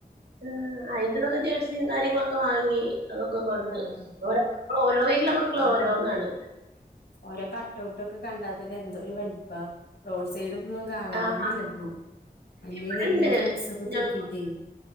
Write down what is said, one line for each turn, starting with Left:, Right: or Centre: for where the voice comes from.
Right: ആ അയിന്റെതൊക്കെ ജേഴ്സിയും കാര്യങ്ങളൊക്കെ വാങ്ങി അതൊക്കെ കൊടുത്തു
Left: ആഹ്
Right: ഇവിടെ ഓരോ ഇല്ല മക്കളോരോന്നാണ്
Left: ആഹ് ഓരോ കട്ട് ഔട്ടൊക്കെ കണ്ടാത്തെന്നെ എന്തോര് വെൽപ്പ റോഡ് സൈഡും ഒന്നും കാണാ
Right: ആഹ്
Left: തന്നെല്ല പ്പൊ വല്യ
Right: ഇവടെണ്ട്
Left: വല്യ ഫ്ലക്സൊക്കെ
Right: ഞങ്ങ
Left: തൂക്കിട്ടേ